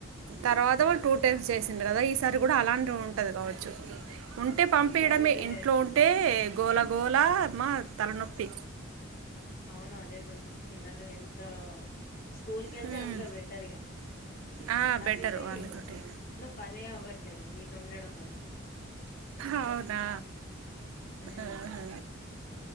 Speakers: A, on the right (about 80°); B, on the left (about 45°).
A: తరవాత టూ టైమ్స్ చేసిండ్రు కద ఈ సారి కూడా అలాంటి రో ఉంటది కావచ్చు ఉంటే పంపిడమే
B: సరైతే
A: ఇంట్లో ఉంటే గోల గోల మా తలనొప్పి
B: అవును అదే తొండి పిల్లలు ఎంత స్కూల్ కెళ్తే
A: హ్మ్
B: అంత బెటర్గా
A: ఆ
B: నాకైతే
A: బెటరు వాళ్ళతోటి
B: ఇంట్లో పని అవ్వట్ లేదు వీళ్ళు ఉండడం వల్ల
A: అవునా
B: ఉమ్
A: ఆహా